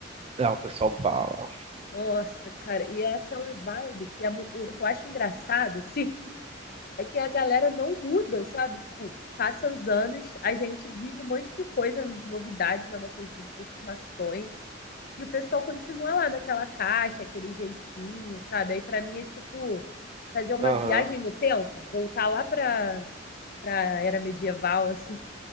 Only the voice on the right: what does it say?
É, o pessoal fala.
Aham,